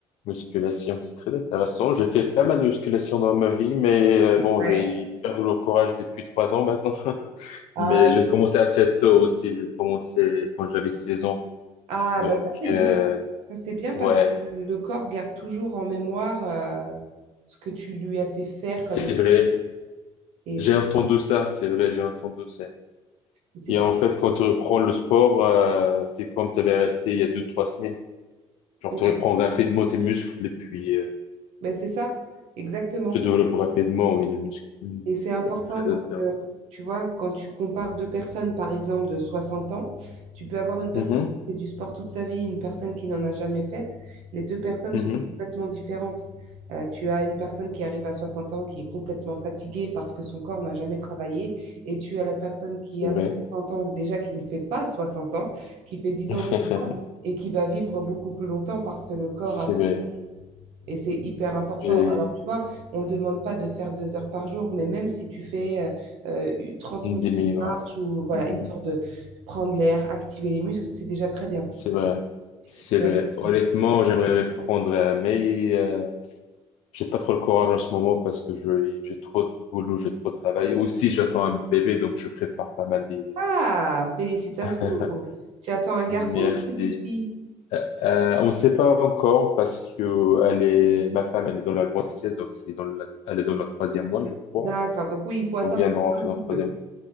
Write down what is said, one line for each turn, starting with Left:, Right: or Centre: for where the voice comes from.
Left: musculation. C'est très intéressant. J'ai fait pas mal de musculation dans ma vie, mais euh, bon,
Right: Ouais.
Left: j'ai perdu le courage depuis trois ans maintenant. <laughs>
Right: Ah,
Left: Mais j'ai commencé assez tôt aussi. J'ai commencé quand j'avais 16 ans.
Right: ah,
Left: Donc,
Right: bah ça, c'est
Left: euh,
Right: bien. Ça, c'est bien
Left: ouais,
Right: parce que le corps garde toujours en mémoire euh, ce que tu lui as fait faire
Left: c'est
Right: comme...
Left: vrai.
Right: Et
Left: J'ai
Right: c'est
Left: entendu ça. C'est vrai, j'ai entendu ça.
Right: c'est
Left: Et
Right: très...
Left: en fait, quand tu reprends le sport, euh, c'est comme tu avais arrêté il y a deux, trois semaines. Genre,
Right: ouais.
Left: tu reprends rapidement tes muscles et puis euh,
Right: Ben, c'est ça, exactement.
Left: se développe rapidement et les muscles. Mm.
Right: Et c'est important
Left: Ça, C'est très
Right: parce
Left: intéressant.
Right: que, tu vois, quand tu compares deux personnes, par exemple, de 60 ans, tu peux avoir une personne
Left: Mhm,
Right: qui fait du sport toute sa vie et une personne qui n'en a jamais fait. Les deux personnes
Left: mhm.
Right: sont complètement différentes. Euh, tu as une personne qui arrive à 60 ans qui est complètement fatiguée parce que son corps n'a jamais travaillé. Et tu as la personne qui
Left: C'est
Right: a
Left: vrai.
Right: 60 ans, déjà qui ne fait pas 60 ans, qui fait 10
Left: <laughs>
Right: ans de moins et qui va vivre beaucoup plus longtemps parce que le corps
Left: C'est
Right: a
Left: vrai.
Right: travaillé et c'est hyper important.
Left: J'ai
Right: Alors, tu vois, on ne demande pas de faire deux heures par jour, mais même si tu fais euh, euh, 30
Left: des
Right: minutes
Left: meilleurs.
Right: de marche ou voilà,
Left: Mhm.
Right: histoire de prendre l'air, activer les muscles, c'est déjà très bien.
Left: C'est vrai. C'est
Right: C'est déjà
Left: vrai.
Right: très
Left: Honnêtement,
Right: bien.
Left: j'aimerais reprendre, euh, mais euh, j'ai pas trop le courage en ce moment parce que je, j'ai trop de boulot, j'ai trop de travail. Aussi, j'attends un bébé, donc je prépare pas mal des...
Right: Ah, félicitations.
Left: <laughs>
Right: Tu attends un garçon
Left: Merci.
Right: ou une petite fille?
Left: Euh, euh, on ne sait pas encore parce que elle est, ma femme, elle est dans la grossesse, donc c'est dans la, elle est dans le troisième mois, je crois.
Right: D'accord. Donc oui, il faut attendre
Left: On vient de rentrer
Right: un petit
Left: dans le troisième.
Right: peu.